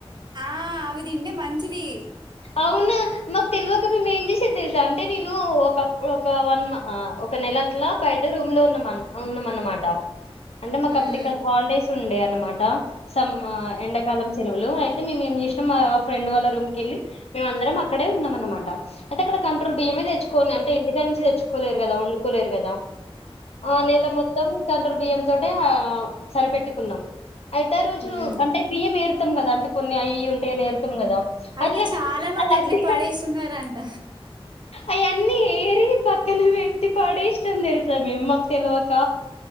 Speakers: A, on the right; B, on the left.
A: ఆ అవితింటే మంచిది
B: అవును. మాకు తెలువక మేము ఏం చేసేది తెలుసా అంటే నేను ఒక ఒక వన్ ఆ ఒక నెల అట్లా బయట రూమ్ లో ఉన్నా ఉన్నాం అన్నమాట అంటే మాకు
A: ఉమ్
B: అప్పుడు ఇక్కడ హాలిడేస్ ఉండే అన్నమాట సమ్ ఆ ఎండాకాలం సెలవులు అయి టే మిం ఎం చేష్ణం మా ఫ్రెండ్ వాళ్ళ రూమ్ కెళ్ళి మేమంరం అక్కడే ఉన్నాం అన్నమాట అయితే అక్కడ కం ట్రోల్ బియ్యమే తెచ్చుకోని అంటే ఇంటికాడ్ నుంచి తెచ్చుకోలేరు కదా వండుకోలేరు కదా ఆ నెల మొత్తం కంట్రోల్ బియ్యం తోటే ఆ సరిపెట్టుకున్నాం అయితే ఆరోజు
A: ఉమ్
B: అంటే బియ్యం ఏరుతాం కదా అంటే కొన్ని అయిఇయ్యి ఉంటాయి అని ఎరుతాం కదా
A: అయితే
B: అట్లే
A: చాలా మంది
B: ఆ లడ్డుయి
A: అట్లే పడేస్తున్నారంట
B: గన్ అయన్ని ఏరి పక్ క్కనే పేట్టి పడేష్ణం తెలుసా మేమ్ మాకు తెలువక